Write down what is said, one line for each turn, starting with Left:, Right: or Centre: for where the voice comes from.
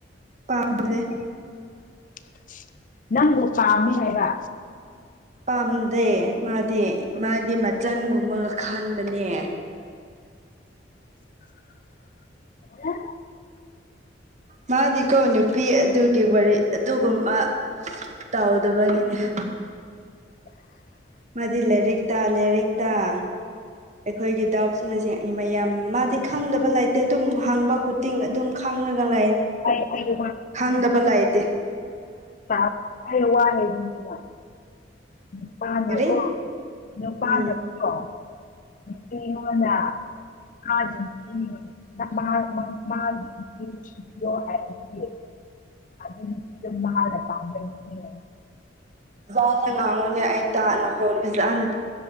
Right: ꯄꯥꯝꯗꯦ
Left: <unintelligible> <inaudible> ꯅꯪꯕꯨ ꯄꯥꯝꯃꯦ ꯍꯥꯏꯕ
Right: ꯄꯥꯝꯗꯦ ꯃꯥꯗꯤ ꯃꯥꯗꯤ ꯃꯆꯟꯒꯨꯝꯕꯒ ꯈꯟ ꯅꯦ
Left: ꯍ <unintelligible>
Right: ꯃꯥꯗꯤꯀꯣ ꯅꯨꯄꯤ ꯑꯗꯨꯒꯤ ꯋꯥꯔꯤ ꯑꯗꯨꯒꯨꯝꯕ ꯇꯥꯎꯗꯕꯒꯤꯅꯦ <inaudible>
Left: <inaudible>
Right: ꯍꯗꯤ ꯂꯥꯏꯔꯤꯛꯇꯥ ꯂꯦꯔꯤꯛꯇꯥ ꯑꯩꯈꯣꯏꯒꯤ ꯗꯥꯎꯠ ꯃꯖꯦ ꯏꯃꯌꯥꯝ ꯃꯥꯗꯤ ꯈꯪꯗꯕ ꯂꯩꯇꯦ ꯇꯨꯝ ꯍꯪꯕ ꯈꯨꯇꯤꯡ ꯑꯗꯨꯝ ꯈꯪꯔꯒ ꯂꯥꯏꯅꯤ
Left: ꯑꯩ ꯑꯩ
Right: ꯈꯪꯗꯕ ꯂꯥꯏꯇꯦ
Left: ꯇꯥꯕ ꯑꯩꯅ ꯋꯥꯔꯤꯍꯦꯞꯅꯤꯒ ꯅꯨꯄꯥꯅ
Right: ꯀꯔꯤ
Left: ꯀꯣ ꯅꯨꯄꯥꯅꯀꯣ
Right: ꯎꯝ
Left: ꯀꯩꯅꯣꯅ ꯍꯥꯥꯗꯦꯟ <unintelligible> ꯑꯗꯨꯏ ꯅꯨꯄꯤꯗꯨ ꯃꯥꯅꯥ ꯄꯥꯝꯕꯩꯅꯤꯅꯦ
Right: ꯐꯖꯥꯅ ꯉꯥꯡꯉꯨꯅꯦ ꯑꯩ ꯇꯥ ꯅꯈꯣꯟ ꯐꯖꯥꯅ